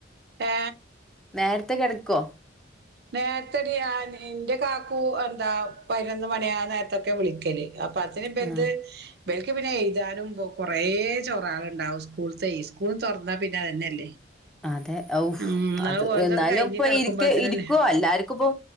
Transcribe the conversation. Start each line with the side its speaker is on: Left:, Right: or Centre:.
Right: ഏ
Centre: നേരത്തെ കിടക്കുവോ
Right: നേരത്തെടി എന്റെ കാക്കൂ എന്താ പതിനൊന്ന് മണിയ നേരത്തെ ഒക്കെ വിളിക്കല് അപ്പൊ അതിന് വലുത്
Centre: ആ
Right: ബൽക്ക് പിന്നെ എഴുതാനും കൊറേ ചോറാള ഉണ്ടാവും സ്കൂൾ തെ സ്കൂള്തുറന്നാ പിന്നെഅതെന്നല്ലേ അതന്നെയല്ലേ
Centre: അതെ ഔഫ്
Right: ഉം ന്നാ
Centre: അത്
Right: ഓൽതൊക്കെ
Centre: എന്നാലും
Right: കഴിഞ്ഞ്
Centre: ഇപ്പ
Right: കെടക്കുമ്പോത്തിനന്നെ
Centre: ഇരിക്ക ഇരിക്കുവോ എല്ലാവർക്കും ഇപ്പ